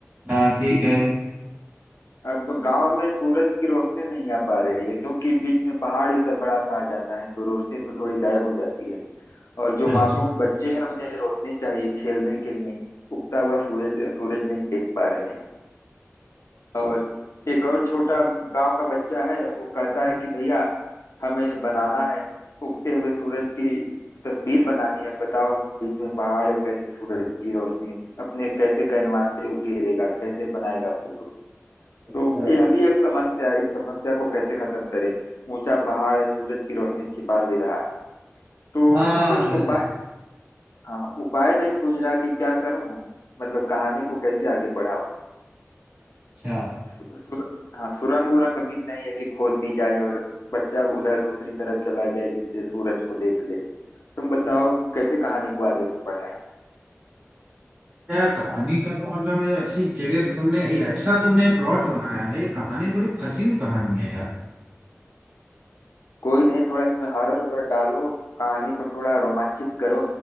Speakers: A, on the right; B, on the left.
A: हाँ ठीक है
B: अब गांव में सूरज की रोशनी नहीं आ पा रही है क्योंकि बीच में पहाड़ एक बड़ा सा आ जाता है तो रोशनी तो थोड़ी गायब हो जाती है और जो
A: अच्छा
B: मासूम बच्चे हैं उन्हें रोशनी चाहिए खेलने के लिए उगता हुआ सूरज सूरज नहीं देख पा रहे हैं और एक और छोटा गांव का बच्चा है वो कहता है कि भैया हमें बनाना है उगते हुए सूरज की तस्वीर बनानी है बताओ बीच में पहाड़ है वो कैसे सूरज की रोशनी अपने कैसे कैनवास से उकेरेगा कैसे बनाएगा फोटो
A: अच्छा।
B: तो यह भी एक समस्या है इस समस्या को कैसे खत्म करें ऊंचा पहाड़ है सूरज की रोशनी छिपा दे रहा है तो
A: हाँ
B: कुछ
A: है
B: उपाय
A: तो
B: हाँ उपाय नहीं सूझ रहा कि क्या करूं मतलब कहानी को कैसे आगे बढ़ाऊं
A: अच्छा
B: सु, सुर, हाँ सुरंग उरंग भी नहीं है कि खोद दी जाए और बच्चा उधर दूसरी तरफ चला जाए जिससे सूरज को देख ले तुम बताओ कैसे कहानी को आगे बढ़ाए
A: यार कहानी का तो मतलब है ऐसी जगह पे तुमने ये ऐसा तुमने प्लॉट बनाया है ये कहानी बड़ी फंसी हुई कहानी है यार
B: कोई नहीं थोड़ा इसमें हॉरर वगैरह डालो कहानी को थोड़ा रोमांचित करो